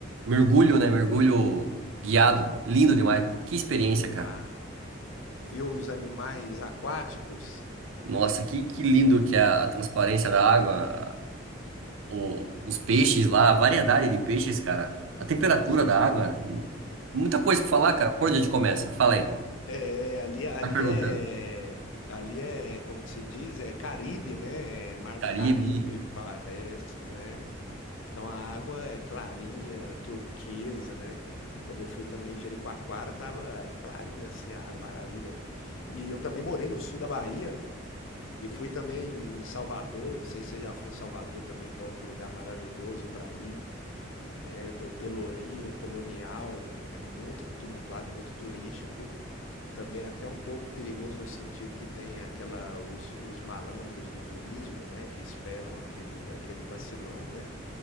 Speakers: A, on the right (about 80°); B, on the left (about 80°).
A: mergulho, né? Mergulho guiado. Lindo demais. Putz, Que experiência, cara.
B: ah. Viu os animais aquáticos?
A: Nossa, que, que lindo que é a, a transparência da água, a- o- os peixes lá, a variedade de peixes, cara. A temperatura da água. hum, Muita coisa pra falar,
B: E,
A: cara. Por onde a gente começa? Fala aí.
B: é, é, ali, ali
A: Tá perguntando.
B: é, ali é, como que se diz? É Caribe, né? É Mar
A: Caribe.
B: do Caribe, parece, né? Então a água é clarinha, turquesa, né? Quando eu fui também em Jericoacoara, tava clarinha assim a água, maravilha. E eu também morei no sul da Bahia, E fui também em Salvador, não sei se você já foi em Salvador também, que é outro lugar maravilhoso para ir, né? Tem o Pelourinho, Colonial, é muito tumultuado, muito turístico. Também é até um pouco perigoso no sentido que tem aquela os, os malandros do turismo, né, que esperam aquele aquele vacilão, né,